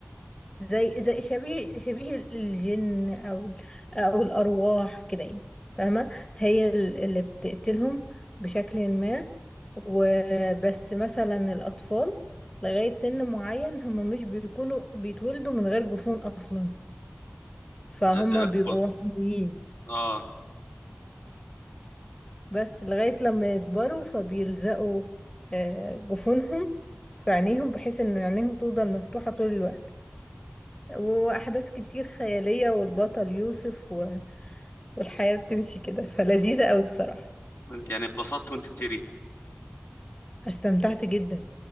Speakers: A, on the left; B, on the left.
A: زي زي شبيه شبيه الجن أو ال- أو الأرواح كده يعني فاهمة هي ال- اللي بتقتلهم بشكل ما وبس مثلا الأطفال لغاية سن معين هم مش بيكونوا بيتولدوا من غير جفون أصلا فهم
B: ده ده
A: بيبقوا
B: قل-
A: وحيدين
B: اه
A: بس لغاية لما يكبروا فبيلزقوا آه، جفونهم في عينيهم بحيث ان عينيهم تفضل مفتوحة طول الوقت وأحداث كتير خيالية والبطل يوسف و... والحياة بتمشي كده فلذيذة أوي بصراحة
B: انت يعني اتبسطت وانت بتقري
A: استمتعت جدا